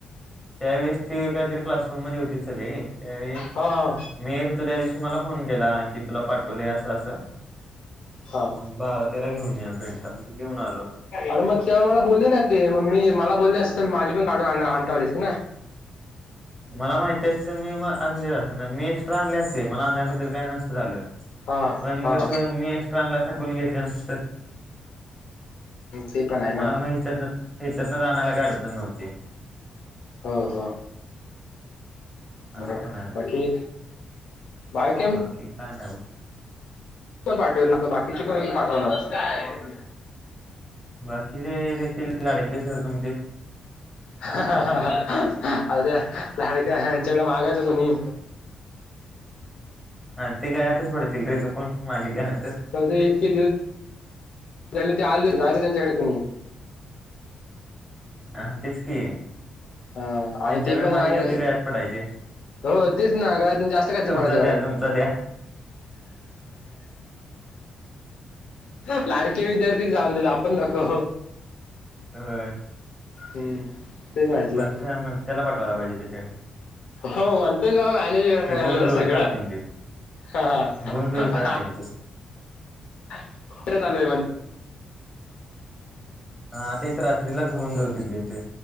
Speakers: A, in the centre; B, on the left.
A: त्यावेळेस ती काहीतरी क्लासरूम मध्येे होतीत सगळे. त्यावेळी
B: हा हा
A: मीे येत होतो त्या दिवशी मला फोन केला की तुला पाठव ले अस अस
B: हा
A: बारा, तेरा घेऊन या पेंटा म ते घेऊन आलो.
B: अरे मग तेव्हा मला बोलले नाहीत ते मग मी मला बोलले असते तर माझी पण काढून आण आणता आली असती ना.
A: मला माहिती असती तर मी म आणली असती, मी एक्स्ट्रा आणली असती मला आणायबद्दल काय नसत झालं.
B: हा
A: पण
B: हा
A: कसं मी एक्स्ट्रा आणल असता कुणी घेतलं नसत.
B: ते पण आहे ना
A: मला मग हीच्यारनं हीचारून आनायला काही अडचण नव्हती.
B: हो हो.
A: असं
B: बरोबर,
A: पण आहे ना.
B: बाकी? बा की
A: बाकी काय नगो.
B: कोण पाठवले होते? बाकीचे कोण पाठवणार? यचंांग
A: बाकी जे देतील लाडके सर तुमचे
B: <unintelligible> ह <inaudible> अ अवो त्या लाडक्या ह्यांच्याकडे मागायचं कोणी?
A: हा ते गळ्यातच पडतील रे चुकुन मागितल्यानं
B: हृदय इतके दिवस झाले ते आलेत राहते त्यांच्याकडे कुणी?
A: हा तेच की,
B: ह
A: त्यांच्याकडे
B: आणि ते पण
A: मागितल्यावर
B: आहे
A: ते गळ्यात पडायचे.
B: हो तेच ना गळ्यात म्हजे जास्त काहीतरी
A: तुमचा
B: पडायचे गळ्यात
A: द्या तुमचा द्या.
B: <inaudible> लाडके विद्यार्थी जाऊन देत आपण नको.
A: होय.
B: हम्म. तेच म्हटलं
A: मंथ मनथ्याला पाठवायला पाहिजे त्याच्यासाठी
B: हो मंतन ना मॅनेेज होईल
A: गुण
B: ना
A: जुळतात
B: सगळ.
A: त्यांचे.
B: हा हा.
A: गुण जुळतात त्यांचे
B: तिकडचं आलोय म्हण
A: हा तेच रात्रीलाच
B: हा
A: गुण
B: बोल.
A: जुळतील त्यांचे